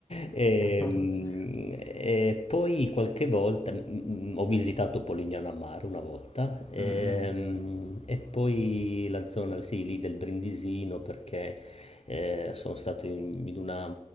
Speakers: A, on the left; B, on the left.
A: E,
B: <laughs>
A: e poi qualche volta mm, ho visitato Polignano a Mare una volta, ehm,
B: Mm, mm.
A: e poi la zona, sì, lì del Brindisino perché eh, sono stato in, in una